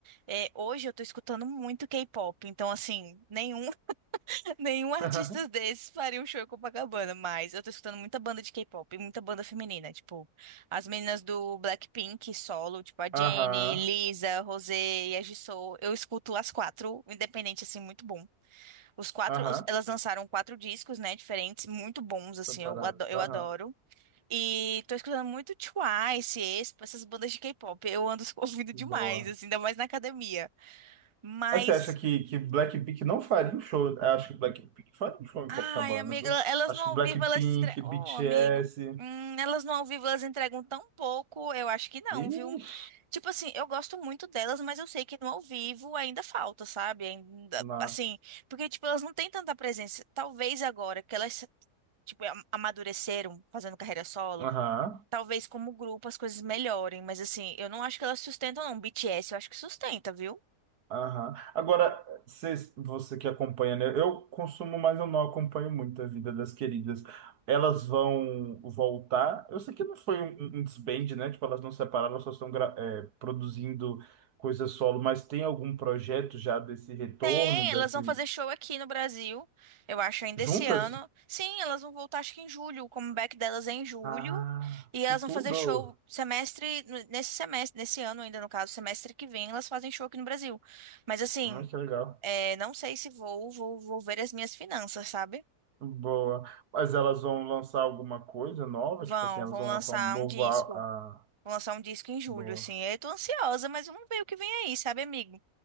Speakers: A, on the right; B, on the right.
A: É, hoje eu tô escutando muito K-pop, então, assim, nenhum, <laughs> nenhum
B: <laughs>
A: artista desses faria um show em Copacabana, mas eu tô escutando muita banda de K-pop, e muita banda feminina, tipo, as meninas do Blackpink solo, tipo a Jennie,
B: Aham,
A: Lisa, Rosé e a Jisoo, eu escuto as quatro, independente, assim, muito bom. Os quatro,
B: aham,
A: os- elas lançaram quatro discos, né, diferentes, muito bons,
B: separado,
A: assim, eu ado- eu
B: aham,
A: adoro. E tô escutando muito Twice, Aespa, essas bandas de K-pop. Eu ando <laughs> ouvindo
B: boa.
A: demais, assim, ainda mais na academia. Mas,
B: Mas você acha que, que Blackpink não faria um show? Eu acho que Blackpink faria um show em
A: ai,
B: Copacabana,
A: amiga,
B: viu?
A: elas
B: Acho
A: no ao
B: que Blackpink,
A: vivo, elas entregam.
B: BTS...
A: Ô, amigo, hum, elas no ao vivo, elas entregam tão pouco, eu acho que não,
B: Ixi,
A: viu? Tipo assim, eu gosto muito delas, mas eu sei que no ao vivo ainda falta, sabe? Ainda,
B: nossa.
A: assim, porque, tipo, elas não têm tanta presença. Talvez agora que elas tipo, am- amadureceram fazendo carreira solo.
B: Aham,
A: Talvez como grupo as coisas melhorem, mas assim, eu não acho que elas sustentam, não. BTS eu acho que sustenta, viu?
B: aham. Agora, cês- você que acompanha, né? Eu consumo, mas eu não acompanho muito a vida das queridas. Elas vão voltar. Eu sei que não foi um, um desband, né? Tipo, elas não separaram, elas só estão gra- é, produzindo coisa solo, mas tem algum projeto já desse retorno,
A: Tem,
B: desse.
A: elas vão fazer show aqui no Brasil, eu acho, ainda
B: Juntas?
A: esse ano. Sim, elas vão voltar, acho que em julho. O comeback delas é em julho.
B: Ah,
A: E
B: que
A: elas
B: tudo!
A: vão fazer show semestre, nesse semestre, nesse ano ainda, no caso, semestre que vem, elas fazem show aqui no Brasil. Mas assim,
B: Ah, que legal.
A: é, não sei se vou, vou, vou ver as minhas finanças, sabe?
B: Boa. Mas elas vão lançar alguma coisa nova?
A: Vão,
B: Tipo assim, elas
A: vão
B: vão
A: lançar
B: lançar um novo.
A: um disco.
B: á- Ah,
A: Vou lançar um disco em julho,
B: boa.
A: assim. Eu tô ansiosa, mas vamos ver o que vem aí, sabe, amigo?